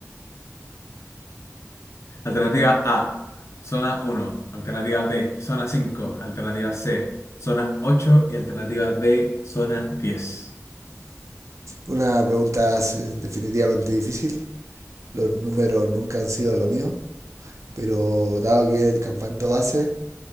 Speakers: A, on the left; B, on the right.
A: Alternativa A, zona uno. Alternativa B, zona 5. Alternativa C, zona ocho Y alternativa D, zona 10.
B: Una pregunta eh, definitivamente difícil. Los números nunca han sido lo mío, pero dado que el campanto base,